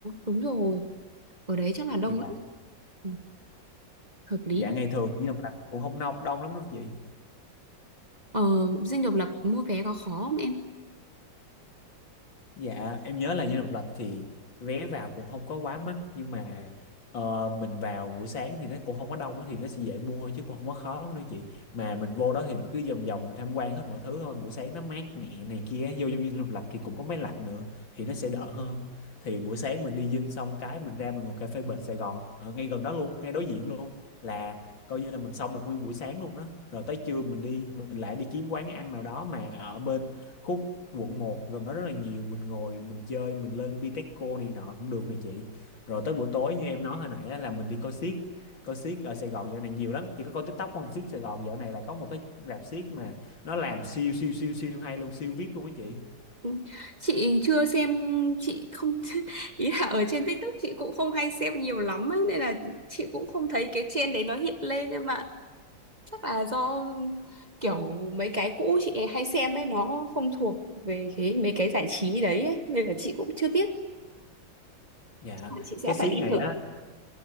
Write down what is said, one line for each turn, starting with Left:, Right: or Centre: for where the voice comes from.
Right: đúng rồi. Ở đấy chắc là đông
Left: dạ
Right: lắm. Ừ, hợp lý.
Left: dạ
Right: hợp-
Left: ngày thường thì Dinh Độc Lập cũng không nông đông lắm đâu chị
Right: Ờ, Dinh Độc Lập mua vé có khó không em?
Left: Dạ em nhớ là Dinh Độc Lập thì vé vào cũng không có quá mắc nhưng mà ờ, mình vào buổi sáng thì nó cũng không có đông á, thì nó sẽ dễ mua thôi chứ cũng không có khó lắm đâu chị mà mình vô đó thì mình cứ vòng vòng mình tham quan hết mọi thứ thôi buổi sáng nó mát mẻ này kia vô trong Dinh Độc Lập thì cũng có máy lạnh nữa thì nó sẽ đỡ hơn thì buổi sáng mình đi Dinh xong cái mình ra mình ngồi cà phê bệt Sài Gòn ở ngay gần đó luôn ngay đối diện luôn là coi như là mình xong được nguyên buổi sáng luôn đó rồi tới trưa mình đi mình lại đi kiếm quán ăn nào đó mà ở bên khúc quận một gần đó rất là nhiều mình ngồi mình chơi mình lên Bitexco này nọ cũng được này chị rồi tới buổi tối như em nói hồi nãy á, là mình đi coi xiếc coi xiếc ở Sài Gòn dạo này nhiều lắm chị có coi TikTok không xiếc Sài Gòn dạo này là có một cái rạp xiếc mà nó làm siêu siêu siêu siêu hay luôn siêu VIP luôn á chị
Right: Ừ. Chị chưa xem chị không <laughs> ý là ở trên TikTok chị cũng không hay xem nhiều lắm ấy, nên là chị cũng không thấy cái trend đấy nó hiện lên nhưng mà chắc là do kiểu mấy cái cũ chị hay xem ấy nó không thuộc về cái mấy cái giải trí đấy ấy, nên là chị cũng chưa biết
Left: dạ
Right: chắc là chị sẽ
Left: cái xiếc
Right: phải đi
Left: này
Right: thử
Left: á